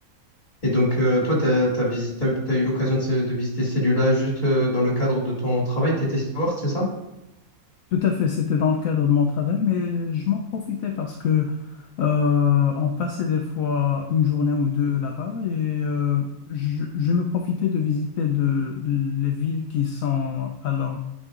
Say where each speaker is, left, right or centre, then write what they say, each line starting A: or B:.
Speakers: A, on the left; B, on the left.
A: Et donc, euh, toi, tu as, t'as visi- t'as- t'as eu l'occasion de, se- de visiter ces lieux-là juste euh, dans le cadre de ton travail. Tu étais steward, c'est ça?
B: Tout à fait, c'était dans le cadre de mon travail, mais je m'en profitais parce que euh, on passait des fois une journée ou deux là-bas et euh, je, je me profitais de visiter de, les villes qui sont alors